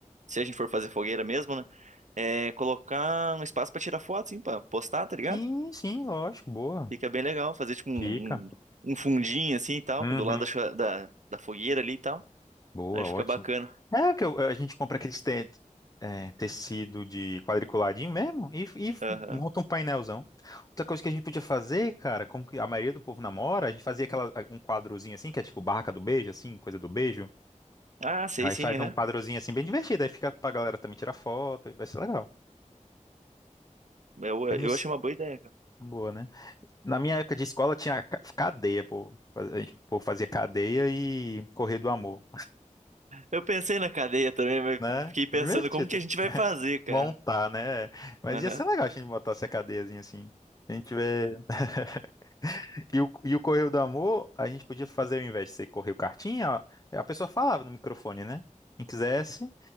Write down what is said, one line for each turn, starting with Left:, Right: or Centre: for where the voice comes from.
Right: Se a gente for fazer fogueira mesmo, né? é, colocar um espaço pra tirar foto, assim, pra postar, tá ligado?
Left: Sim, sim, lógico, boa.
Right: Fica bem legal, fazer tipo um,
Left: Fica.
Right: um, um fundinho assim e tal,
Left: Uhum.
Right: do lado da, chua- da, da fogueira ali e tal.
Left: Boa,
Right: Aí fica
Left: ótimo.
Right: bacana.
Left: É que eu- a gente compra aqueles te- é, tecido de quadriculadinho mesmo e, e
Right: Aham.
Left: monta um painelzão. Outra coisa que a gente podia fazer, cara, como que a maioria do povo namora, a gente fazia aquela, um quadrozinho assim, que é tipo barraca do beijo, assim, coisa do beijo.
Right: Ah, sei
Left: Aí
Right: sim,
Left: faz
Right: aham.
Left: um quadrozinho assim bem divertido, aí fica pra galera também tirar foto, e vai ser legal.
Right: Eu,
Left: Ele
Right: eu
Left: não... s-
Right: achei uma boa ideia, cara.
Left: Boa, né? Na minha época de escola tinha ca- cadeia, pô. A gente, pô, fazia cadeia e correr do amor,
Right: Eu pensei na cadeia também, mas
Left: né?
Right: fiquei pensando
Left: É divertido.
Right: como que a gente vai fazer, cara.
Left: montar, né? Mas
Right: Aham.
Left: ia ser legal a gente botar essa cadeiazinha assim. Se a gente tiver. <laughs> E o, e o Correio do Amor, a gente podia fazer ao invés de ser Correio Cartinha, ó, a pessoa falava no microfone, né? Quem quisesse,